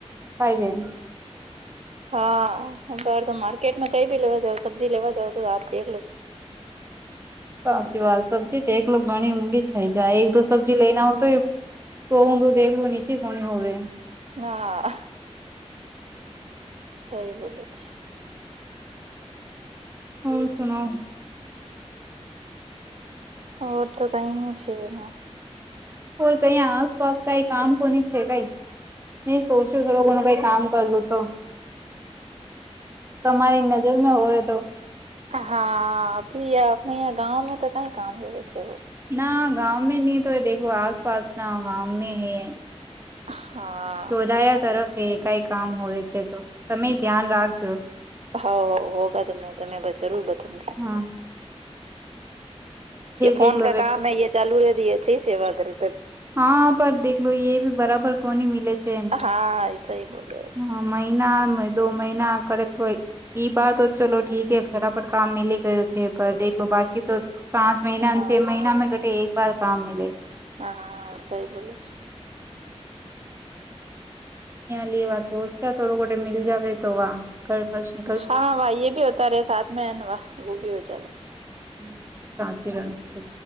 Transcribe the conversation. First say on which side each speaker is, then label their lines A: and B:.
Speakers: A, on the right; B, on the right.
A: કાઈમ <inaudible>
B: હા બર તો માર્કેટમાં કઈ ભી લેવા જાવ સબ્જી લેવા જાવ તો આપ દેખ લજો
A: સાચી વાત સબ્જી તો એક ઘણી ઊંઘી થઈ જાય એક દો સબ્જી લઈને હો તો એ શોવું દખલું નીચે કોણી હવે
B: હા સઈ બોલ છે.
A: હોર સુનાઓ
B: ઓર તો કઈ ન છે. હ‌‌
A: કોલ કઈ આસપાસ કઈ કામ કોની છે. કઈ નહી સોચ્યું થોડું ઘણું કઈ કામ કરવું? તો તમારી નજરમાં હોય તો
B: હા અભી આપને ગાવ મે તો કઈ કામ છે. વ છેે.
A: ના ગાં મે નહીં તો હ દખલો આસપાસ ના ગાં મે હૈ
B: હા
A: ચોડાયા તરફ કઈ કામ હોય છે. તો તમે ધ્યાન રાખજો.
B: હા હો હોગા તમે તમે બસ જરૂર બતા-
A: હા
B: એ ફોન
A: દેખલો
B: કે
A: વે
B: કામ હૈ ચાલુ રે છે. સેવા કરે
A: હા પર દેખલો એ બી બરાબર કોની મીલે છે.
B: હા એસ હ બોલો્યો
A: હા મહિના દો મહિના આકડ તોય. ઈ બાર તો ચલો ઠીકે ફરાફટ કામ મિલી ગયો છે. પણ દેખલો બાકી તો પ પાંચ મહિના
B: હા
A: છ મહિના મે ઘટે એક વાર કામ મિલે
B: હા સઈ બોલો છે.
A: લએ વાસ બો કે થોડો ઘટે મી જવે તો વા કર કરશે
B: હા વા ભી હોતા, રહ સા મે વા વ ભી હો જ
A: હમ સાચી વાત છે.